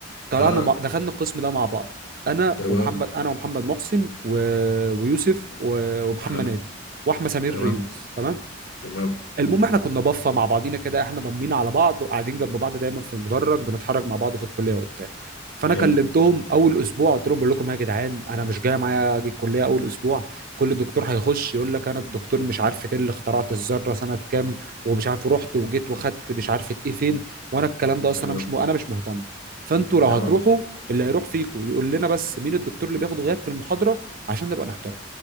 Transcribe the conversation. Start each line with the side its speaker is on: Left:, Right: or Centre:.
Right: طلعنا
Left: اها
Right: مع... دخلنا القسم ده مع بعض انا
Left: تمام
Right: ومحمد انا ومحمد محسن و... ويوسف و... ومحمد
Left: اها
Right: نادي واحمد سمير
Left: تمام
Right: يونس تمام
Left: تمام
Right: المهم احنا كنا بفه مع بعضينا كده احنا ضمينا على بعض وقاعدين جنب بعض دايما في المدرج بنتحرك مع بعض في الكليه وبتاع فانا
Left: حلو
Right: كلمتهم اول اسبوع قلت لهم بقول لكم إيه يا جدعان انا مش جاي معايا اجي الكليه اول اسبوع كل دكتور هيخش يقول لك انا الدكتور مش عارف ايه اللي اخترعت الذره سنه كام ومش عارف رحت وجيت وخدت مش عارف ايه فين وانا الكلام ده اصلا
Left: تمام
Right: انا مش م... انا مش مهتم فانتوا لو
Left: تمام
Right: هتروحوا اللي هيروح فيكم يقول لنا بس مين الدكتور اللي بياخد غياب في المحاضره عشان نبقى نحترم